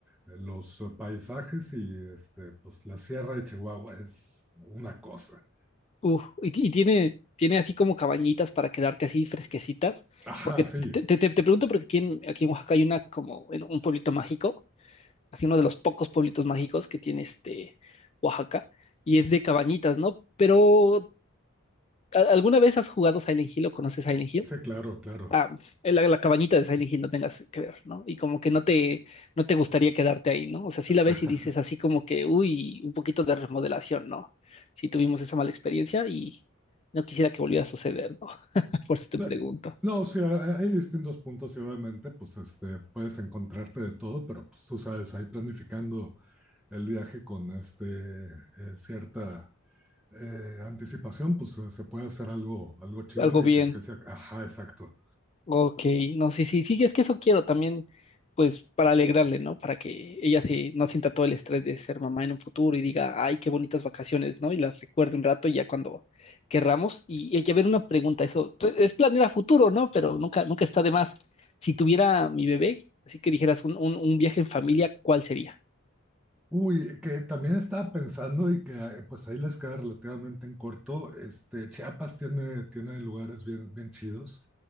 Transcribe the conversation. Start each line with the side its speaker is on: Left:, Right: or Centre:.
Centre: eh, los eh, paisajes y este, pues la sierra de Chihuahua es una cosa.
Left: Uf, y, ti- y tiene, tiene así como cabañitas para quedarte así fresquecitas,
Centre: Ajá,
Left: porque
Centre: sí,
Left: te, te, te- te pregunto porque aquí en, aquí en Oaxaca hay una como en un pueblito mágico así uno de los pocos pueblitos mágicos que tiene este Oaxaca, y es de cabañitas, ¿no? Pero, ¿a- ¿alguna vez has jugado Silent Hill o conoces Silent Hill?
Centre: sí, claro, claro.
Left: Ah, la, la cabañita de Silent Hill no tengas que ver, ¿no? Y como que no te, no te gustaría quedarte ahí, ¿no? O sea, sí la ves
Centre: <laughs>
Left: y dices así como que, uy, un poquito de remodelación, ¿no? Sí tuvimos esa mala experiencia y no quisiera que volviera a suceder, ¿no? <laughs> Por eso te
Centre: No,
Left: pregunto.
Centre: no, o sea, hay distintos puntos y obviamente, pues, este, puedes encontrarte de todo, pero pues tú sabes, ahí planificando el viaje con este, eh, cierta eh, anticipación, pues eh, se puede hacer algo, algo chido
Left: Algo bien
Centre: y que, que sea, ajá, exacto.
Left: Ok, no, sí, sí, sí, es que eso quiero también, pues para alegrarle, ¿no? Para que ella se, no sienta todo el estrés de ser mamá en un futuro y diga, ay, qué bonitas vacaciones, ¿no? Y las recuerde un rato y ya cuando querramos. Y, y a ver, una pregunta, eso pues, es planear a futuro, ¿no? Pero nunca, nunca está de más. Si tuviera mi bebé, así que dijeras un, un, un viaje en familia, ¿cuál sería?
Centre: Uy, que también estaba pensando y que eh, pues ahí les queda relativamente en corto. Este, Chiapas tiene, tiene lugares bien, bien chidos.